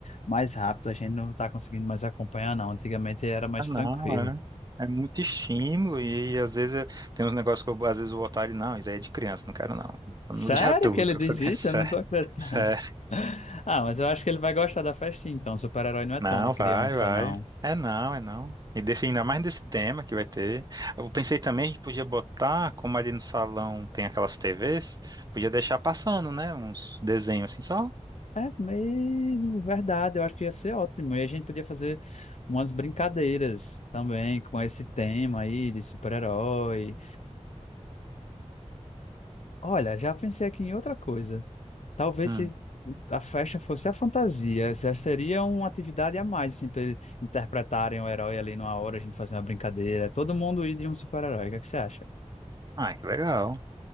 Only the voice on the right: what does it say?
Ah, não,
é. É muito estímulo e, às vezes é- tem uns negócios que eu, às vezes eu vou voltar e não, isso aí é de criança, não quero não.
No dia todo,
<laughs>
isso é,
Não,
vai, vai.
É não, é não. E desse, ainda mais desse tema que vai ter. Eu pensei também que podia botar, como ali no salão tem aquelas TVs, podia deixar passando, né? Uns desenhos assim só.
Hum.
Ah, que legal.